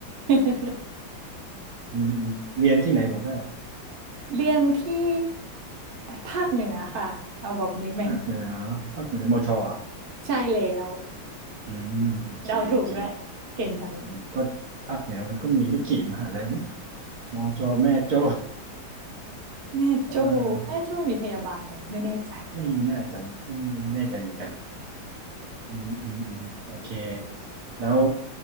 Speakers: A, on the right (about 40°); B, on the right (about 60°).
A: <laughs>
B: อืมอืมเรียนที่ไหนบอกได้เหรอ
A: เรียนที่ภาคเหนือค่ะเอาแบบนี้ไหม
B: ภาคเหนือภาคเหนือมชอ่ะ
A: <laughs> ใช่แล้ว
B: อืมโอเคโอเค
A: เดาถูกด้วยเก่งจัง
B: อืมก็ภาคเหนือมันก็มีไม่กี่มหาลัยมั้งมชแม่โจ้
A: แม่โจ้แม่โจ้มีพยาบาลไหมไม่แน่ใจ
B: เอ่อไม่น่าจะไม่แน่ใจเหมือนกัน อืมอืมอืมโอเคแล้ว